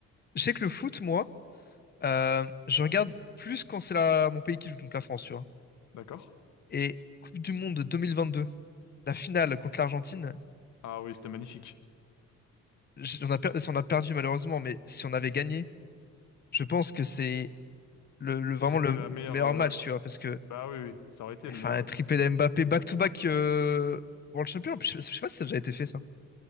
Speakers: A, on the left; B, on the left.
A: Je sais que le foot, moi, euh, je regarde plus quand c'est la... mon pays qui joue, donc la France, tu vois.
B: D'accord?
A: Et Coupe du Monde 2022, la finale contre l'Argentine,
B: Ah oui, c'était magnifique.
A: j- on a, per- on a perdu malheureusement, mais si on avait gagné, je pense que c'est le, le- vraiment
B: Mais c'était
A: le
B: la meilleure.
A: meilleur
B: euh,
A: match, tu vois, parce que
B: Bah oui, oui, ça aurait été
A: Enfin,
B: le meilleur
A: un
B: match.
A: triplé
B: oui.
A: de Mbappé back-to-back euh, World Champion. Je sais je sais pas si ça a déjà été fait, ça.